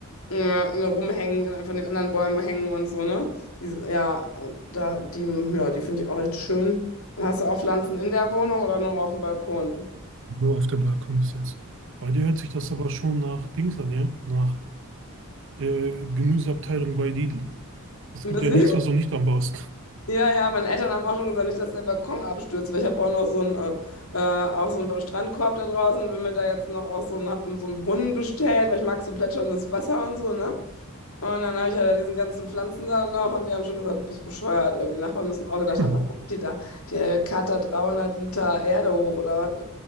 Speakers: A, on the left; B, on the right.
A: äh, ne, rumhängen, von den anderen Bäumen hängen und so, ne? Die, ja, und da, die, ja, die finde ich auch echt schön. Und hast du auch Pflanzen in der Wohnung oder nur auf dem Balkon?
B: Nur auf dem Balkon bis jetzt. Bei dir hört sich das aber schon nach Dings an, ja? Nach der Gemüseabteilung bei Lidl. Es
A: Ein
B: gibt
A: bisschen.
B: ja nichts, was du nicht anbaust.
A: Ja, ja, meine Eltern haben auch schon gesagt, nicht, dass der Balkon abstürzt, weil ich habe auch noch so einen, äh, äh, auch so einen Strandkorb da draußen. Wenn mir da jetzt noch auch so einen, hab so einen Brunnen bestellt, weil ich mag so plätscherndes Wasser und so, ne? Und dann habe ich ja da diesen ganzen Pflanzen da noch und die haben schon gesagt, du bist bescheuert. Äh, Die Nachbarn müssen auch gedacht
B: <laughs>
A: haben,
B: Hm.
A: was macht die da? Die Kater 300 Liter Erde hoch oder was?